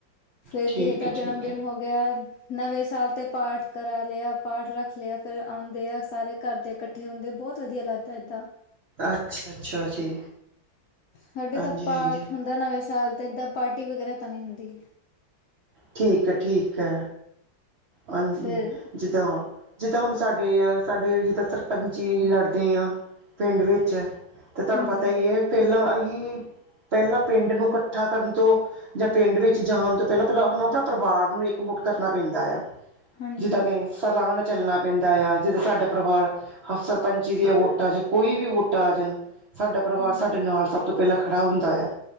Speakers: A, on the left (about 80°); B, on the right (about 65°).
A: ਫੇਰ
B: ਠੀਕ
A: ਕਿਸੇ ਦਾ
B: ਹੈ
A: ਜਨਮ
B: ਠੀਕ
A: ਦਿਨ
B: ਹੈ
A: ਹੋ ਗੇਆ, ਨਵੇਂ ਸਾਲ ਤੇ ਪਾਠ ਕਰਾ ਲੇਆ, ਪਾਠ ਰਾੱਖ ਲੇਆ ਫੇਰ ਆਂਉਦੇ ਆ ਸਾਰੇ ਘਾਰ ਦੇ ਕੱਠੇ ਹੁੰਦੇ, ਬੋਤ ਵਦੀਆ ਲਾੱਗਦੈ ਇਦਾਂ।
B: ਅੱਛਾ-ਅੱਛਾ ਜੀ,
A: ਸਾਡੇ
B: ਹਾਂਜੀ-ਹਾਂਜੀ।
A: ਤਾਂ ਪਾਠ ਹੁੰਦਾ ਨਵੇਂ ਸਾਲ ਤੇ ਏਦਾਂ ਪਾਰਟੀ ਵਗੈਰਾ ਤਾਂ ਨੀ ਹੁੰਦੀ।
B: ਠੀਕ ਐ, ਠੀਕ ਐ ਹਾਂਜੀ,
A: ਫਿਰ
B: ਜਿੱਦਾਂ ਜਿੱਦਾਂ ਹੁਨ ਸਾਡੇ ਆ, ਸਾਡੇ ਜਿੱਦਾਂ ਸਰਪੰਚੀ ਲੜਦੇ ਆਂ, ਪਿੰਡ ਵਿੱਚ ਤੇ ਤੂਆਨੂੰ
A: ਹਾਂਜੀ
B: ਪਤਾ ਈ ਏ, ਪੈਲਾਂ ਅਹਿ ਪੈਲਾਂ ਪਿੰਡ ਨੂੰ ਕੱ ਕੱਠਾ ਕਰਨ ਤੋਂ ਜਾਂ ਪਿੰਡ ਵਿੱਚ ਜਾਨ ਤੋਂ ਪੈਲਾਂ-ਪੈਲਾਂ ਹਾਨੁ ਆਪਨਾ ਪਰਿਵਾਰ ਨੂੰ ਇੱਕ ਮੁੁੱਠ ਕਰਨਾ ਪੈਂਦਾ ਆ।
A: ਹਾਂਜੀ
B: ਜਿੱਦਾਂ ਕਿ ਸਲਾਅ ਨਾਲ ਚੱਲਨਾ ਪੈਂਦਾ ਆ, ਜਿੱਦਾਂ ਸਾਡਾ ਪਰਿਵਾਰ ਹਾ ਸਰਪੰਚੀ ਦੀਆਂ ਵੋਟਾਂ ਚ, ਕੋਈ ਵੀ ਵੋਟਾਂ ਆ ਜਾਨ, ਸਾਡਾ ਪਰਿਵਾਰ
A: ਹਾਂਜੀ
B: ਸਾਡੇ ਨਾਲ ਸਬ ਤੋਂ ਪ੍ਹੈਲਾਂ ਖੜਾ ਹੁੰਦਾ ਯਾ।